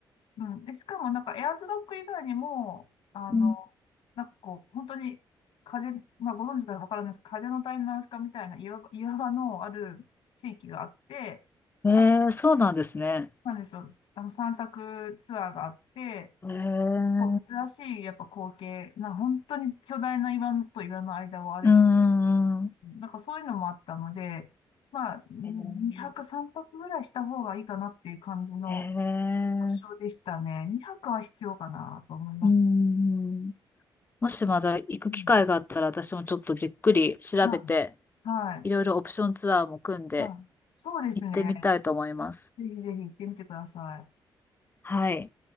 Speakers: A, on the left; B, on the left.
A: うん。で、しかもなんかエアーズロック以外にも、あの、
B: うん
A: なんかこう、本当に風、まあご存知かわからないです。風の谷のナウシカみたいな岩場、岩場のある地域があって、
B: えー、
A: なんか
B: そうなんですね。
A: なんでしょう、あの散策ツアーがあって、
B: えー、
A: こう珍しいやっぱ光景、まあ本当に巨大な岩と岩の間を歩いて、
B: うーん。
A: なんかそういうのもあったので、まあ、2泊3泊ぐらいした方がいいかなっていう感じの
B: えー、えー
A: 発症でしたね。2泊は必要かなと思います。
B: うーん。もしまだ行く機会があったら、
A: うん
B: 私もちょっとじっくり調べて、
A: うんはい。
B: いろいろオプションツアーも組んで
A: うんそうですね。
B: 行ってみたいと思います。
A: ぜひぜひ行ってみてください。
B: はい。